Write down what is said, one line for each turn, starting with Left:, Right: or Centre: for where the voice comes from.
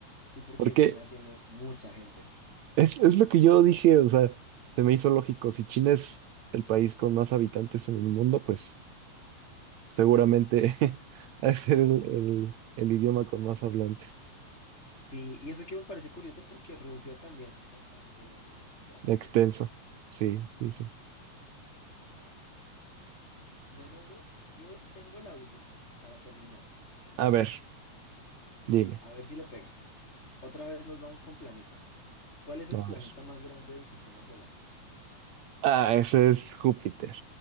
Left: Sí, porque
Right: Porque
Left: China tiene mucha gente.
Right: es, es lo que yo dije, o sea, se me hizo lógico. Si China es el país con más habitantes en el mundo, pues seguramente <laughs> es el, el, el idioma con más hablantes.
Left: Sí, y eso que me parece curioso porque Rusia también es bastante grande.
Right: Extenso, sí, dice.
Left: Ajá. Bueno, bro, yo tengo la última para terminar.
Right: A ver, dime.
Left: A ver si le pegas. Otra vez nos vamos con planetas. ¿Cuál es el
Right: A
Left: planeta
Right: ver.
Left: más grande del sistema solar?
Right: Ah, ese es Júpiter.